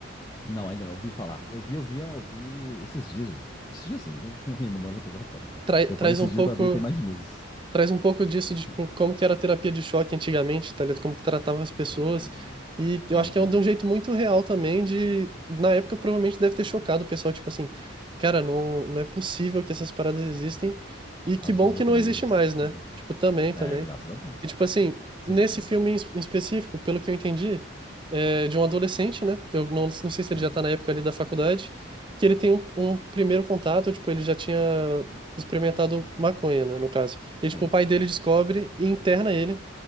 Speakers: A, on the left; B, on the right.
A: Não, ainda não. Eu vi falar. Eu vi, eu vi, eu vi esses dias. Esses dias sim, entendeu? <laughs> Minha memória fotográfica é foda.
B: Tra- traz
A: Eu falei esses
B: um pouco.
A: dias pra ver, tem mais de meses.
B: traz um pouco disso de tipo,
A: <laughs>
B: como que era a terapia de choque antigamente, tá ligado? Como que tratava as pessoas.
A: Sim.
B: E eu
A: Uhum.
B: acho que é um, de um jeito muito real também de, na época provavelmente deve ter chocado o pessoal, tipo assim, cara, não, não é possível que essas paradas existem e que
A: As
B: bom
A: lobotomias,
B: que não existe mais, né?
A: tinha muito.
B: Tipo, também,
A: É,
B: também.
A: graças a Deus.
B: E tipo assim,
A: Sim,
B: nesse
A: sim.
B: filme em es- em específico, pelo que eu entendi, é de um adolescente, né? Que eu não, não sei se
A: Sim,
B: ele já tá na época ali da faculdade, que ele tem um, um primeiro contato, tipo, ele já tinha experimentado maconha, né, no caso. E,
A: sim.
B: tipo, o pai dele descobre e interna ele